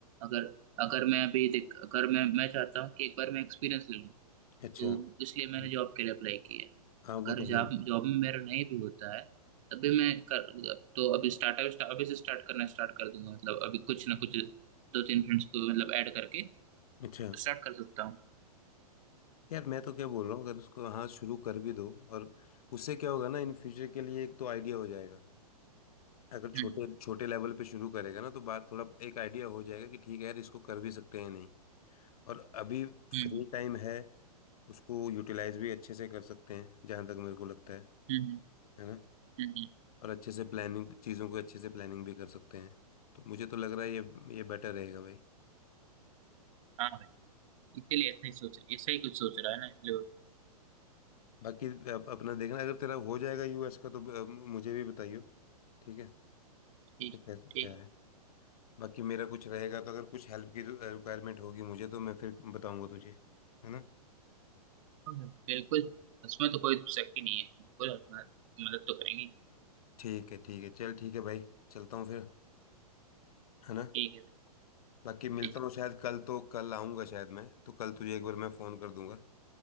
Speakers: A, on the right (about 55°); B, on the left (about 65°).
A: अगर अगर मैं अभी देख अगर मैं मैं चाहता हूँ कि एक बार मैं एक्सपीरियंस ले लूँ
B: अच्छा
A: तो
B: हम्म।
A: इसलिए मैंने जॉब के लिए अप्लाई किया है
B: हाँ
A: अगर
B: वो तो
A: जॉब
B: है ही।
A: जॉब में मेरा नहीं भी होता है तब भी मैं कर तो अभी स्टार्टअप अभी से स्टार्ट करना स्टार्ट कर दूंगा मतलब अभी कुछ ना कुछ दो तीन फ्रेंड्स को मतलब ऐड करके
B: अच्छा
A: स्टार्ट कर सकता हूँ
B: यार मैं तो क्या बोल रहा हूँ अगर उसको हाँ शुरू कर भी दो और उससे क्या होगा ना इन फ्यूचर के लिए एक तो आइडिया हो जाएगा अगर
A: हम्म
B: छोटे छोटे लेवल पे शुरू करेगा ना तो बात थोड़ा एक आइडिया हो जाएगा कि ठीक है यार इसको कर भी सकते हैं नहीं और अभी फ्री
A: हम्म
B: टाइम है उसको यूटिलाइज भी अच्छे से कर सकते हैं जहाँ तक मेरे को लगता है
A: हम्म
B: है ना
A: हम्म, हम्म,
B: और अच्छे से प्लानिंग चीज़ों को अच्छे से प्लानिंग भी कर सकते हैं तो मुझे तो लग रहा है ये ये बेटर रहेगा भाई
A: हाँ भाई इसीलिए ऐसा ही सोच ऐसा ही कुछ सोच रहा है ना जो
B: बाकी अप, अपना देखना अगर तेरा हो जाएगा यूएस का तो अ, मुझे भी बताइयो ठीक है
A: ठीक
B: ठीक है
A: ठीक
B: क्या
A: है
B: है बाकी मेरा कुछ रहेगा तो अगर कुछ हेल्प की रिक्वायरमेंट होगी मुझे तो मैं फिर बताऊंगा तुझे है ना
A: बिल्कुल उसमें तो कोई शक ही नहीं है बिल्कुल हम मदद तो करेंगे
B: ठीक है ठीक है चल ठीक है भाई चलता हूँ फिर है ना
A: ठीक है भाई
B: बाकी मिलता
A: ठीक
B: हूँ शायद कल तो कल आऊँगा शायद मैं तो कल तुझे एक बार मैं फ़ोन कर दूंगा